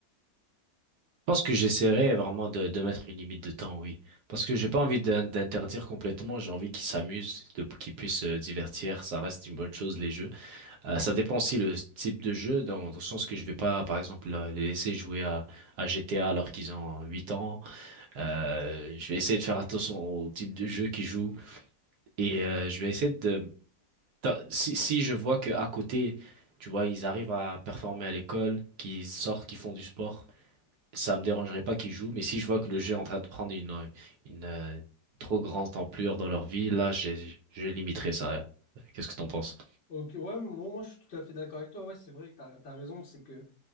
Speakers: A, on the right; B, on the left.
A: Je pense que j'essaierai vraiment de, de mettre une limite de temps, oui. Parce que j'ai pas envie d'in- d'interdire complètement, j'ai envie qu'ils s'amusent, de, qu'ils puissent se divertir, ça reste une bonne chose, les jeux. Euh, ça dépend aussi le type de jeu, dans, dans le sens que je vais pas, par exemple, la- les laisser jouer à, à GTA alors qu'ils ont 8 ans. Euh, je vais essayer de faire attention au type de jeu qu'ils jouent. Et euh, je vais essayer de... ta- Si, si je vois que à côté, tu vois, ils arrivent à performer à l'école, qu'ils sortent, qu'ils font du sport. Ça me dérangerait pas qu'ils jouent, mais si je vois que le jeu est en train de prendre une, euh, une euh, trop grande ampleur dans leur vie, là, je, je limiterai ça. hein. Qu'est-ce que t'en penses?
B: Ok, ouais, moi, moi je suis tout à fait d'accord avec toi. Ouais, c'est vrai, t'as, t'as raison. C'est que